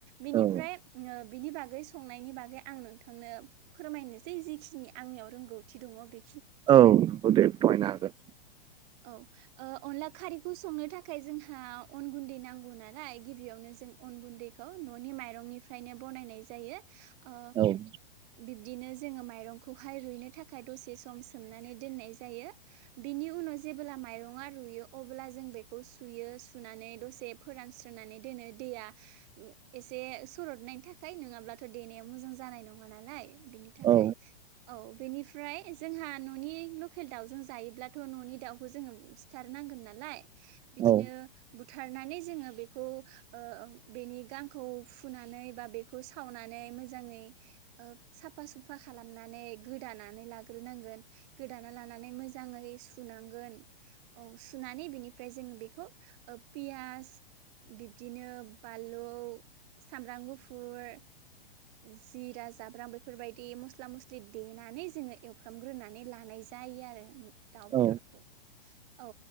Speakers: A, on the right; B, on the right.
A: बिनिफ्राय
B: औ
A: ओम बिनि बागै संनायनि बागै आं नोंथांनो फोरमायनोसै जिखिनि आंनियाव रोंगौथि दङ बे
B: औ औ दे फोरमायनो हागोन।
A: औ ओ अनला खारैखौ संनो थाखाय जोंहा अन गुन्दै नांगौ नालाय गिबियावनो जों अन गुन्दैखौ न'नि माइरंनिफ्रायनो बनायनाय जायो ओ
B: हागोन।
A: बिब्दिनो जोङो माइरंखौहाय रुइनो थाखाय दसे सम सोमनानै दोननाय जायो बिनि उनाव जेब्ला माइरंआ रुयो अब्ला जों बेखौ सुयो सुना नै दसे फोरानस्रोनानै दोनो दैया उम एसे सरदनायनि थाखाय नोंङाब्लाथ' दै देनाया मोजां जानाय नङा नालाय बिनि थाखाय
B: औ
A: औ बेनिफ्राय जोंहा न'नि लखेल दाउजों जायोब्लाथ' न'नि दाउखौ जोङो सिथारनांगोन नालाय बिदिनो
B: औ
A: बु थारनानै जोङो बेखौ ओ बेनि गांखौ फुनानै बा बेखौ सावनानै मोजाङै ओ साफा सुफा खालामनानै गोदानानै लाग्रोनांगोन। गोदाना लानानै मोजाङै सुनांगोन औ सुनानै बिनिफ्राय जोङो बेखौ ओ पियास बिब्दिनो बालौ, सामब्राम गुफुर जिरा, जाब्रां, बेफोरबायदि मस्ला मस्लि देनानै जोङो एवफ्रामग्रोनानै लानाय जा जायो आरो दाउ बेदरखौ
B: औ
A: औ